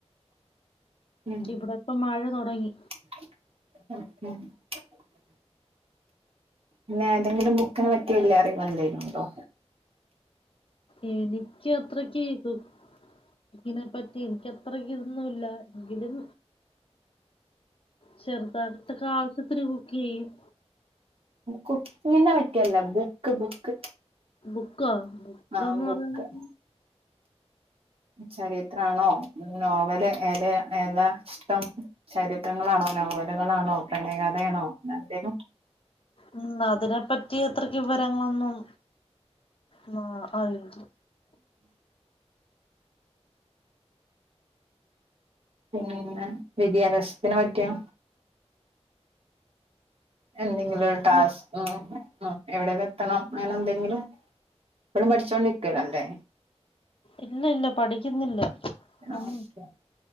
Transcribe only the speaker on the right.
ഉം
<unintelligible> പിന്നെ ഏതെങ്കിലും ബുക്കിനെ പറ്റി വല്ല അറിവെന്തേലുണ്ടോ
കുക്കിങ്ങിനെ പറ്റിയല്ല ബുക്ക് ബുക്ക്
ആഹ് ബുക്ക്
ചരിത്രാണോ നോവല് ഏത് ഏതാ ഇഷ്ടം ചരിത്രങ്ങളാണോ നോവലുകളാണോ പ്രണയകഥയാണോ എന്തെങ്കിലും
പിന്നെ വിദ്യാഭ്യാസത്തിനെ പറ്റിയോ എന്തെങ്കിലും
ഒരു ടാസ്ക് ഉം എവിടെേലും എത്തണം അങ്ങനെ എന്തെങ്കിലും ഇപ്പോഴും പഠിച്ചുകോണ്ടിരിക്കലല്ലേ
ആഹ് ഓക്കെ